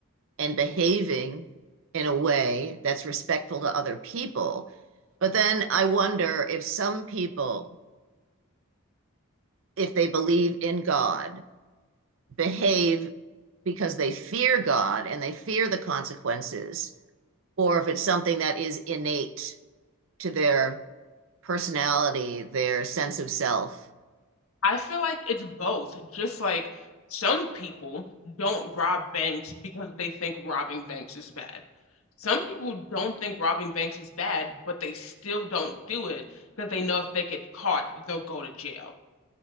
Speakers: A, on the right (about 60°); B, on the left (about 80°).
A: and behaving in a way that's respectful to other people. But then I wonder if some people, if they believe in God, behave because they fear God and they fear the consequences, or if it's something that is innate to their personality, their sense of self.
B: I feel like it's both, just like some people don't rob banks because they think robbing banks is bad. Some people don't think robbing banks is bad, but they still don't do it because they know if they get caught, they'll go to jail.